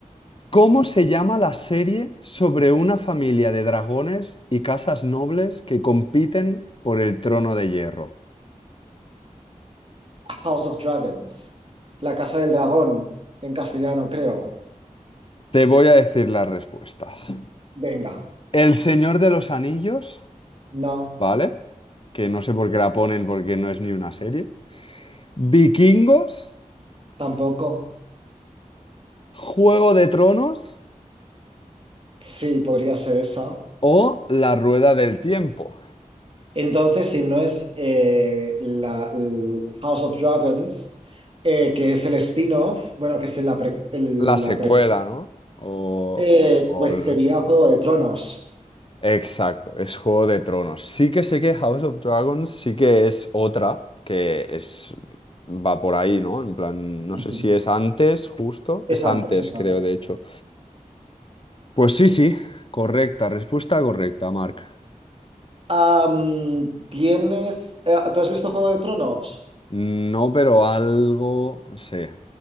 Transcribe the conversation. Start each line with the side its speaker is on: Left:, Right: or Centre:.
Left: ¿Cómo se llama la serie sobre una familia de dragones y casas nobles que compiten por el trono de hierro?
Right: House of Dragons. La Casa del Dragón, en castellano, creo.
Left: Te voy a decir las respuestas.
Right: Venga,
Left: El Señor de los Anillos,
Right: no,
Left: ¿vale? Que no sé por qué la ponen porque no es ni una serie. Vikingos,
Right: tampoco.
Left: Juego de Tronos
Right: Sí, podría ser esa.
Left: o La Rueda del Tiempo.
Right: Entonces, si no es eh, la, el House of Dragons, eh, que es el spin-off, bueno, que es la pre- el-
Left: La secuela,
Right: la pre-
Left: ¿no? O,
Right: eh,
Left: o- o
Right: pues
Left: el-
Right: sería Juego de Tronos.
Left: Exacto, es Juego de Tronos. Sí que sé que House of Dragons sí que es otra que es va por ahí, ¿no? En plan, no
Right: Ujú.
Left: sé si es antes, justo. Es
Right: Es antes,
Left: antes,
Right: es
Left: creo,
Right: antes.
Left: de hecho. Pues sí, sí, correcta, respuesta correcta, Mark.
Right: Am, ¿tienes, eh, ¿tú has visto Juego de Tronos?
Left: No, pero algo no sé.